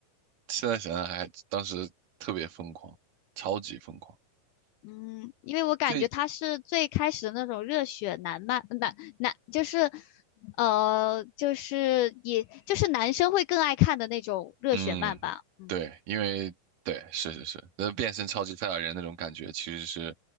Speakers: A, on the right; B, on the left.
A: 现在想想还当时特别疯狂，超级疯狂。
B: 嗯，因为我感觉他是最开始的那种热血男漫，
A: 最
B: 男男就是呃，就是也就是男生会更爱看的那种热血漫吧。
A: 嗯，
B: 嗯，
A: 对，因为对，是是是，那变身超级赛亚人那种感觉其实是，